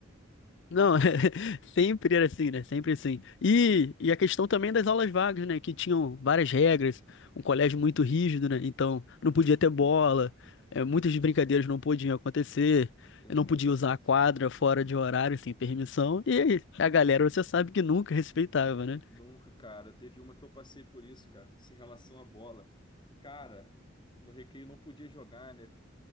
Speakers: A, on the left; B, on the left.
A: Não, <laughs> é sempre era assim, né? Sempre assim. E, e a questão também das aulas vagas, né? Que tinham várias regras, um colégio muito rígido, né? Então, não podia ter bola, é, muitas brincadeiras não podiam acontecer,
B: Exatamente.
A: eu não podia usar a quadra fora de horário, sem permissão. E aí, a galera, você sabe que nunca respeitava, né?
B: Nunca, cara. Teve uma que eu passei por isso, cara, em relação à bola. Cara, no recreio não podia jogar, né?